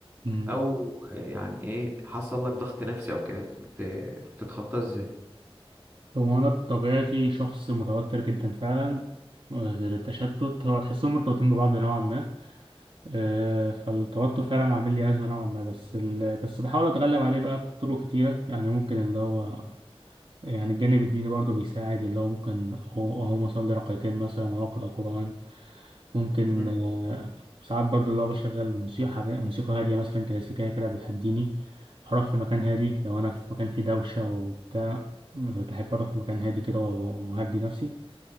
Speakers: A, on the right (about 55°); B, on the right (about 25°).
A: أمم.
B: او يعني ايه حصل لك ضغط نفسي او كده بت- بتتخطاه ازاي
A: هو أنا بطبيعتي شخص متوتر جدا فعلا آه، غير التشتت هو تحسهم مرتبطين ببعض نوعا ما آه، فالتوتر فعلا عامل لي أزمة نوعا ما بس ال... بس بحاول أتغلب عليه بقى بطرق كتيرة يعني ممكن اللي هو يعني الجانب الديني برضه بيساعد اللي هو ممكن أو- أقوم أصلي ركعتين مثلا أو أقرأ قرآن ممكن
B: مم.
A: آه، ساعات برضه اللي هو بشغل موسيقى موسيقى هادية مثلا كلاسيكية كده بتهديني أروح في مكان هادي لو أنا في مكان فيه دوشة وبتاع بحب أروح في مكان هادي كده وأهدي نفسي